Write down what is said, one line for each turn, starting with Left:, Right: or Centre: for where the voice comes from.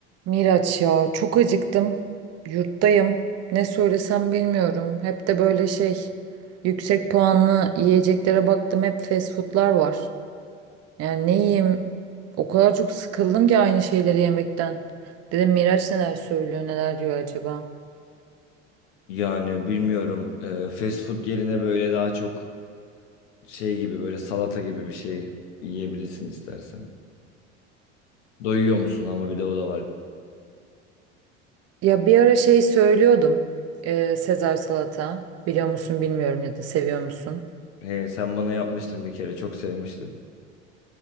Right: Miraç ya çok acıktım. Yurttayım. Ne söylesem bilmiyorum. Hep de böyle şey yüksek puanlı yiyeceklere baktım. Hep fast foodlar var. Yani ne yiyeyim? O kadar çok sıkıldım ki aynı şeyleri yemekten. Dedim Miraç neler söylüyor, neler diyor acaba?
Left: Yani bilmiyorum. Eee fast food yerine böyle daha çok şey gibi böyle salata gibi bir şey yiyebilirsin istersen. Doyuyor musun ama bir de o da var.
Right: Ya bir ara şey söylüyordum. Ee, Sezar salata. Biliyor musun bilmiyorum ya da seviyor musun?
Left: He, sen bana yapmıştın bir kere çok sevmiştim.